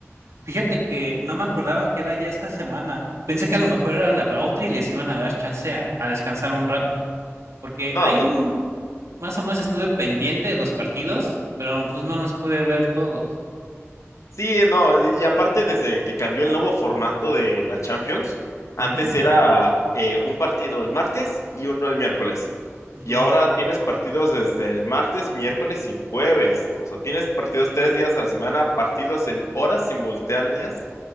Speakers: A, on the right; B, on the left.
A: fíjate que no me acordaba que era ya esta semana. Pensé que a lo mejor era la para otra y les iban a dar chance a, a descansar un rato, porque
B: No,
A: ahí
B: entonces,
A: mm, más o menos estuve pendiente de los partidos, pero pues no los pude ver todos.
B: Sí, no, y aparte desde que cambió el nuevo formato de la Champions, antes
A: Ujú,
B: era eh, un partido el martes y uno el miércoles.
A: ujú,
B: Y ahora tienes partidos desde el martes, miércoles y jueves. O sea, tienes partidos tres días a la semana, partidos en horas simultáneas.